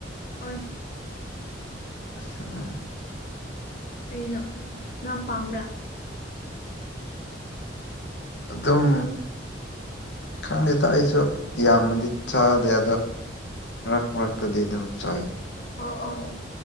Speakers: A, on the left; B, on the left.
A: ꯍꯣꯏ
B: ꯑꯥ
A: ꯀꯩꯅꯣ ꯅꯪꯄꯥꯝꯕ꯭ꯔꯥ
B: ꯑꯗꯨꯝ ꯈꯪꯗꯦꯗ ꯑꯩꯁ ꯁꯨ ꯌꯥꯝꯃꯗꯤ ꯆꯥꯗꯦ ꯑꯗꯣ ꯃꯔꯛ ꯃꯔꯛꯇꯗꯤ ꯑꯗꯨꯝ ꯆꯥꯏ
A: ꯑꯣ ꯑꯣ